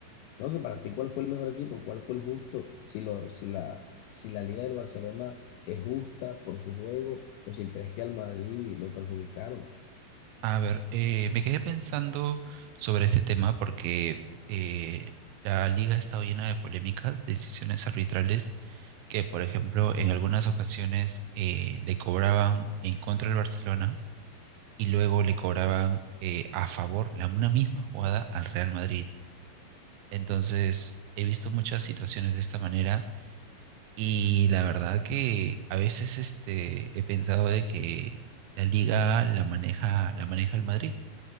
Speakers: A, on the left (about 80°); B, on the right (about 80°).
A: ¿no? Que para ti, ¿cuál fue el mejor equipo? ¿Cuál fue el justo? Si, lo, si, la, si la Liga del Barcelona es justa por su juego o si crees que al Madrid lo perjudicaron.
B: A ver, eh, me quedé pensando sobre este tema porque eh, la liga ha estado llena de polémicas, decisiones arbitrales que, por ejemplo, en algunas ocasiones eh, le cobraban en contra del Barcelona y luego le cobraban eh, a favor la, una misma jugada al Real Madrid. Entonces, he visto muchas situaciones de esta manera y la verdad que a veces este, he pensado de que la liga la maneja, la maneja el Madrid.